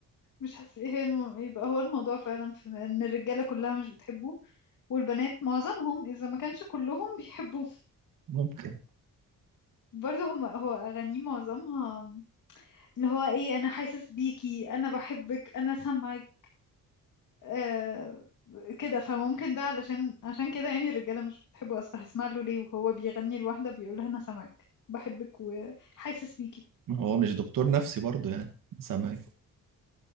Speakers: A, on the left; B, on the right.
A: مش حاسس ايه الم... يبقى هو الموضوع فعلا في ان الرجالة كلها مش بتحبه والبنات معظمهم اذا ما كانش كلهم <laughs> بيحبوه
B: ممكن
A: برضه هم هو اغانيه معظمها اللي هو ايه انا حاسس بيكي انا بحبك انا سامعك آه كده فممكن ده علشان عشان كده يعني الرجالة مش بتحبه أصلا هسمع له ليه وهو بيغني لواحدة بيقول لها أنا سامعك بحبك وحاسس بيكي
B: ما هو مش دكتور نفسي برضه يعني سامع